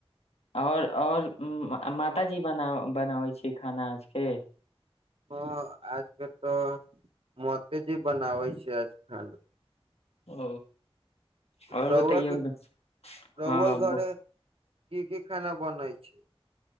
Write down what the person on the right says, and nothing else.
ह आजके तऽ मातेजी बनाबै छै हन
रौआके
रौआ
घरे
की की खाना बनै छै